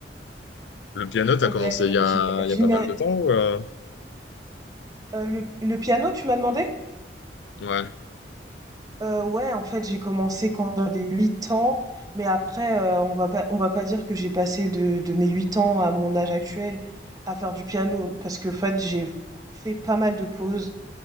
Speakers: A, on the left; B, on the right.
A: Le piano, t'as
B: Ouais,
A: commencé il y a,
B: j'im
A: il
B: j'ima
A: y a pas mal de temps ou, euh
B: heu, le le piano, tu m'as demandé?
A: Ouais,
B: Heu, ouais, en fait, j'ai commencé quand j'avais 8 ans, mais après, heu, on va pas on va pas dire que j'ai passé de de mes 8 ans à mon âge actuel à faire du piano, parce que en fait, j'ai fait pas mal de pauses,